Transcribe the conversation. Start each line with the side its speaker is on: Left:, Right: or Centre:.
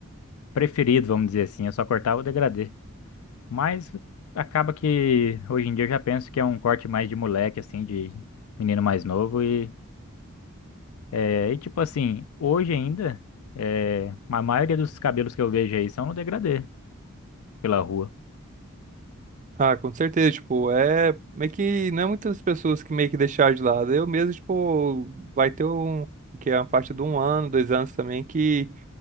Left: preferido, vamos dizer assim. Eu só cortava o degradê. Mas acaba que hoje em dia eu já penso que é um corte mais de moleque, assim, de menino mais novo. E, é, e tipo assim, hoje ainda, é, a maioria dos cabelos que eu vejo aí são no degradê pela rua.
Right: Ah, com certeza, tipo, é meio que não é muitas pessoas que meio que deixaram de lado. Eu mesmo, tipo, vai ter um que é uma faixa de um ano, dois anos também que